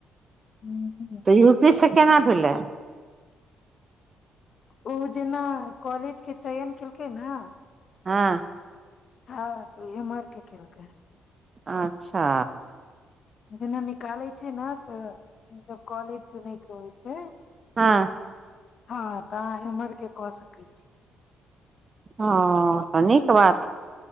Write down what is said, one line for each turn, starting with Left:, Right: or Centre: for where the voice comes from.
Left: हूं
Right: तऽ यू पी से केना भेलै
Left: ओ जेना कॉलेज के चयन केलकै ने
Right: हँ
Left: हँ तऽओ एमहर के केलकै
Right: अच्छा
Left: जेना निकालै छै ने तऽ तब कॉलेज चुनै के होइ छै
Right: हँ
Left: हँ तऽ अहाँ इम्हर के कऽ सकै छी
Right: ह तऽ नीक बात